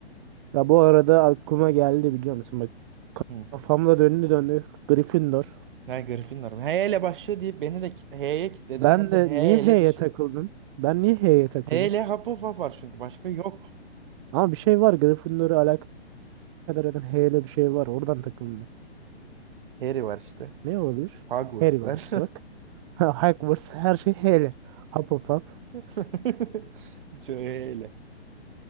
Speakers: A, on the right; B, on the right.
A: Ya bu arada aklıma geldi biliyor musun?
B: Hı.
A: Kafamda döndü döndü. Gryffindor.
B: Ha Gryffindor. H ile başlıyor deyip beni de H'ye kilitledim.
A: Ben
B: Ben de
A: de
B: H
A: niye
B: ile
A: H'ye
B: dışı.
A: takıldım? Ben niye H'ye takıldım?
B: Hele Hufflepuff var çünkü başka yok.
A: Ama bir şey var. Gryffindor'u alakadar eden H ile bir şey var. Oradan takıldım ben.
B: Harry var işte.
A: Ne olabilir?
B: Hogwarts
A: Harry
B: var.
A: var işte bak. <laughs> Hogwarts her şey H H'li. Hufflepuff.
B: <laughs> Şöyle.